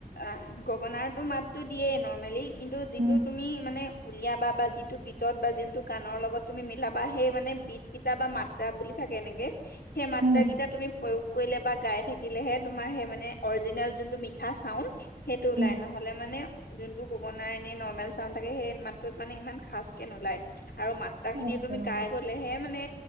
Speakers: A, on the left (about 75°); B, on the right (about 65°).
A: এ গগনাৰ তো মাতটো দিয়ে নৰ্মেলি কিন্তু যিটো
B: উম,
A: তুমি মানে উলিয়াবা বা যিটো বিটত বা যোনটো গানৰ লগত তুমি মিলাবা সেই মানে বিট কেইতা বা মাত্ৰা বুলি থাকে এনেকে সেই মাত্ৰা
B: উম,
A: কেইটা তুমি প্ৰয়োগ কৰিলে বা গাই থাকি থাকিলেহে তোমাৰ সেই মানে নে অৰজিনেল যোনটো মিঠা চাউণ্ড সেইটো ওলাই
B: উম,
A: নহ'লে মানে যোনটো গগনাই মানে নৰ্মেল চাউণ্ড থাকে সেই মাতটোত মানে ইমান খাচ কে নুলায়। আৰু মাত্ৰা খিনি
B: আচ্ছা।
A: তুমি গাই গ'লেহে মানে